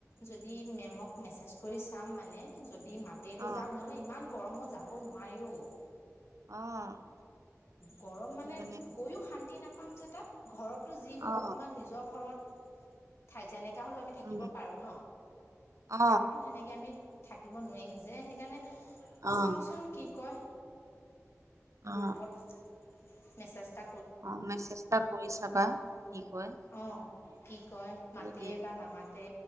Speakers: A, on the left; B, on the right.
A: যদি মেমক মেছেজ চেছ কৰি চাম মানে, যদি মাতেইটো
B: অ
A: যাম নহ'লে, ইমান গৰমত যাব নোৱাৰি অ'।
B: অ'।
A: গৰম মানে
B: সেইকাৰণে
A: গৈও শান্তি নাপাম যে তাত, ঘৰত যি হওঁক
B: অ
A: অকমান নিজৰ ঘৰত, ঠাই যেনেকে শা হলেও আমি থাকিব
B: উম
A: পাৰো ন,
B: অ
A: তাতো সেনেকে আমি থাকিব নোৱাৰিম যে সেইকাৰণে
B: অ
A: চাওঁচোন কি কয়।
B: অ
A: গুপত মেছেজটা
B: অ' মেছেজটা কৰি চাবা কি কয়।
A: অ' কি কয় মাতে
B: যদি
A: বা নামাতে